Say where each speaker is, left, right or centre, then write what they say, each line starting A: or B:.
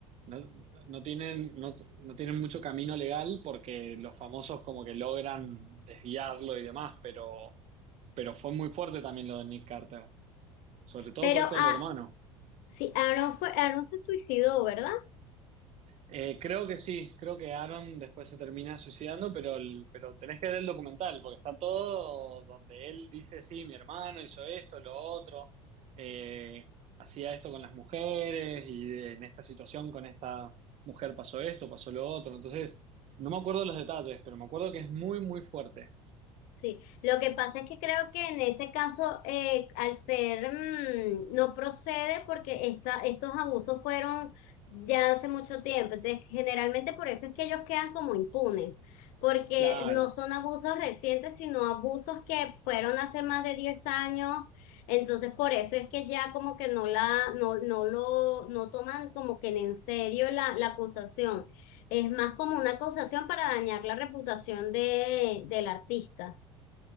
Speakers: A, on the right (about 40°); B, on the left (about 50°).
A: no, no tienen, no, no tienen mucho camino legal porque los famosos como que logran desviarlo y demás, pero... Pero fue muy fuerte también lo de Nick Carter, sobre todo
B: Pero
A: por esto
B: ah,
A: del hermano.
B: sí, Aaron fue, Aaron se suicidó, ¿verdad?
A: Eh, creo que sí, creo que Aaron después se termina suicidando, pero, el- pero tenés que ver el documental, porque está todo donde él dice, sí, mi hermano hizo esto, lo otro, eh, hacía esto con las mujeres y en esta situación con esta mujer pasó esto, pasó lo otro. Entonces, no me acuerdo los detalles, pero me acuerdo que es muy, muy fuerte.
B: Sí, lo que pasa es que creo que en ese caso, eh, al ser, mm, no procede porque esta, estos abusos fueron ya hace mucho tiempo. Entonces, generalmente por eso es que ellos quedan como impunes, porque
A: Claro.
B: no son abusos recientes, sino abusos que fueron hace más de 10 años. Entonces, por eso es que ya como que no la, no, no lo, no toman como que en serio la, la acusación. Es más como una acusación para dañar la reputación de, del artista.